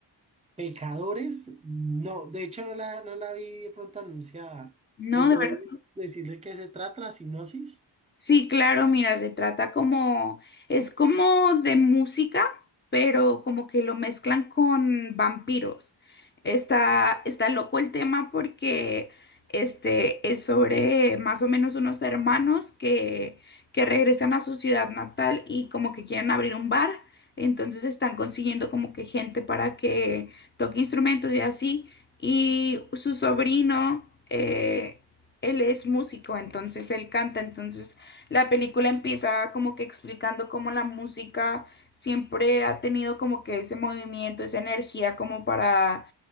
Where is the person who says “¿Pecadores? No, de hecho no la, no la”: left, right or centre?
Right